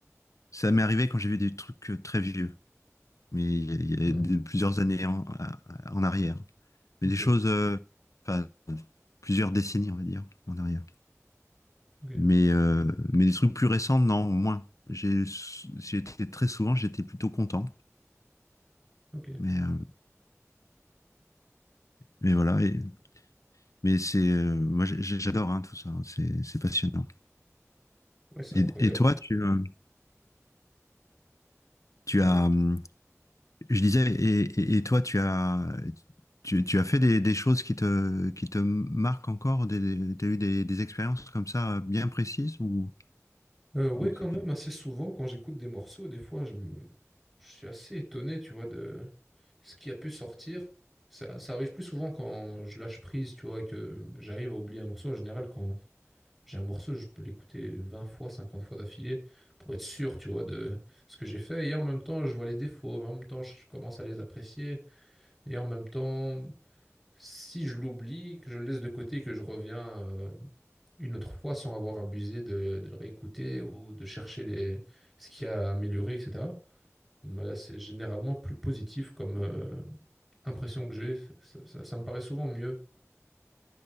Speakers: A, on the left; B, in the centre.
A: Ça m'est arrivé quand j'ai vu des trucs euh, très vieux, mais il y a, il
B: Ah,
A: y a de- plusieurs années en, à- en arrière. Mais
B: ok,
A: des choses, euh, enfin, plusieurs décennies, on va dire, en arrière.
B: ok,
A: Mais, euh, mais des trucs plus récents, non, moins. J'ai, j'ai été très souvent, j'étais plutôt content.
B: ok.
A: Mais, euh, mais voilà, et- mais c'est, euh, moi j'ai- j'adore hein, tout ça, hein, c'est c'est passionnant.
B: Ouais, c'est
A: Et,
B: incroyable.
A: et toi, tu, euh, tu
B: Pardon?
A: as, hum, Je disais, et, et- et toi, tu as, tu, tu as fait des, des choses qui te, qui te marquent encore, des, tu as eu des, des expériences comme ça euh, bien précises ou
B: Euh, ouais,
A: Oui.
B: quand même, assez souvent, quand j'écoute des morceaux, des fois, je, me- je suis assez étonné, tu vois, de ce qui a pu sortir. Ça, ça arrive plus souvent quand je lâche prise, tu vois, et que j'arrive à oublier un morceau. En général, quand J'ai un morceau, je peux l'écouter 20 fois, 50 fois d'affilée pour être sûr, tu vois, de ce que j'ai fait. Et en même temps, je vois les défauts, mais en même temps, je commence à les apprécier. Et en même temps, si je l'oublie, que je le laisse de côté, que je reviens euh, une autre fois sans avoir abusé de, de le réécouter ou de chercher les, ce qu'il y a à améliorer, etc. bah, c'est généralement plus positif comme euh, impression que j'ai. Ça, ça ça me paraît souvent mieux.